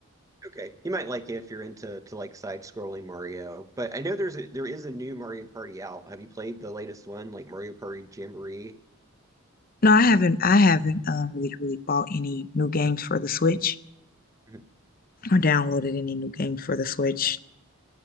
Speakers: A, on the right (about 15°); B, on the left (about 40°).
A: Okay, you might like it if you're into to like side-scrolling Mario. But I know there's a, there is a new Mario Party out. Have you played the latest one, like Mario Party Jamboree?
B: no, I haven't. I haven't uh, really, really bought any new games for the Switch
A: <laughs>
B: or downloaded any new games for the Switch.